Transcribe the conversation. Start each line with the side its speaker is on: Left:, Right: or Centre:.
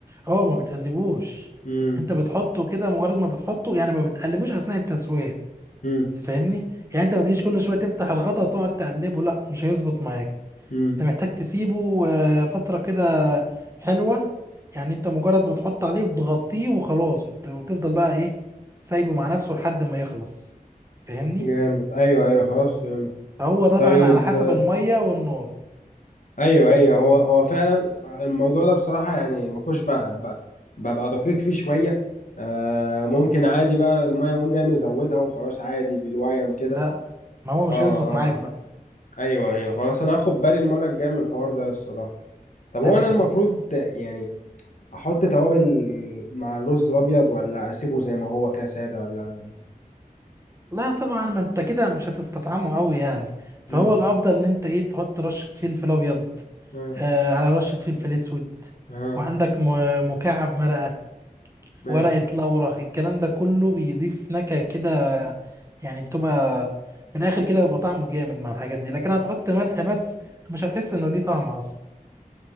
Right: هو ما بتقلبوش
Left: مم.
Right: انت بتحطه كده مجرد ما بتحطه يعني ما بتقلبوش اثناء التسويه
Left: مم.
Right: تفهمني يعني انت ما تجيش كل شويه تفتح الغطا تقعد تقلبه لا مش هيظبط معاك
Left: مم.
Right: انت محتاج تسيبه آه، فتره كده حلوه يعني انت مجرد بتحط عليه وتغطيه وخلاص وت- وتفضل بقى ايه سايبه مع نفسه لحد ما يخلص فاهمني
Left: جامد ايوه ايوه خلاص فهمت
Right: فهو طبعا
Left: طيب
Right: على حسب الميه والنار
Left: ايوه ايوه هو هو فعلا الموضوع ده بصراحه يعني ما كنتش بقى- بقى- ببقى دقيق فيه شويه آه ممكن عادي بقى الميه اقوم جاي مزودها وخلاص عادي بالويم كده
Right: لا ما هو مش
Left: اه
Right: هيظبط معاك
Left: اه
Right: بقى
Left: ايوه ايوه خلاص انا هاخد بالي المره الجايه من الحوار ده الصراحه طب
Right: تمام
Left: هو انا المفروض يعني احط توابل مع الرز الابيض ولا اسيبه زي ما هو كده ساده ولا اعمل ايه
Right: لا طبعا ما انت كده مش هتستطعمه قوي يعني فهو
Left: امم
Right: الافضل ان انت ايه تحط رشه فلفل ابيض
Left: اه
Right: آه على رشه فلفل اسود
Left: اه
Right: وعندك م- مكعب مرقه
Left: ماشي
Right: ورقه لورا الكلام ده كله بيضيف نكهه كده يعني بتبقى من الاخر كده بيبقى طعمه جامد مع الحاجات دي لكن هتحط ملح بس مش هتحس انه ليه طعم اصلا